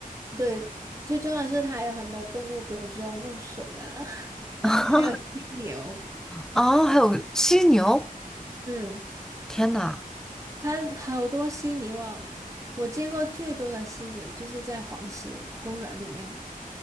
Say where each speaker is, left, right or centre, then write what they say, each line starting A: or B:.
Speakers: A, on the right (about 20°); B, in the centre.
A: 对，最重要的是它还有很多动物，比如说弄熊啊，<laughs>
B: <laughs>
A: 还有犀牛。
B: 啊。还有犀牛，
A: 嗯，
B: 天呐，
A: 它好多犀牛啊，我见过最多的犀牛就是在黄石公园里面。